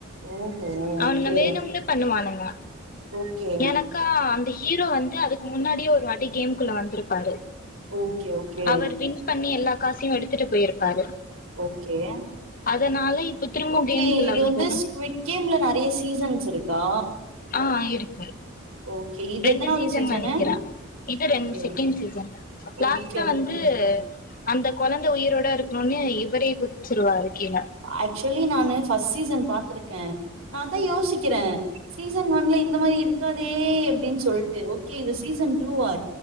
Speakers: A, on the right; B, on the left.
A: ஓஹோ
B: அவனுங்க
A: ஓகே
B: வேணுமேனு பண்ணுவானுங்க
A: ஓகே
B: எனக்கா அந்த ஹீரோ வந்து அதுக்கு முன்னாடியே ஒரு வாட்டி கேமுகுள்ள வந்திருப்பாரு
A: ஓகே ஓகே
B: அவர் வின் பண்ணி எல்லா காசயு எடுத்துட்டு போயிருப்பாரு
A: ஓகே
B: அதனால இப்ப திரும்ப
A: ஓகே
B: கேம்குள்ள
A: இது
B: வந்தது
A: வந்து ஸ்விட் கேம்ல நெறய சீசன்ஸ் இருக்கா
B: ஆ <unintelligible>
A: ஓகே இது
B: ரெண்டு
A: எத்தனாவது
B: சீசன்ல
A: சீசனு
B: நெனக்கிறா இது
A: ஓகே
B: ரெண்டு செகண்ட் சீசன் லாஸ்ட்ல
A: ஓகே ஓகே
B: வந்து
A: ஓகே
B: அந்த கொழந்த உயிரோட இருக்கணுனு இவரே குதிச்சிருவாரு கீழ
A: ஆக்சுவலி நானு பஸ்ட் சீசன் பா இருக்கே நா தா யோசிக்கிறே சீசன் ஒன்ல இந்த மாதிரி இருக்காதே அப்டின்னு சொல்ட்டு ஓகே இது சீசன் டூ வா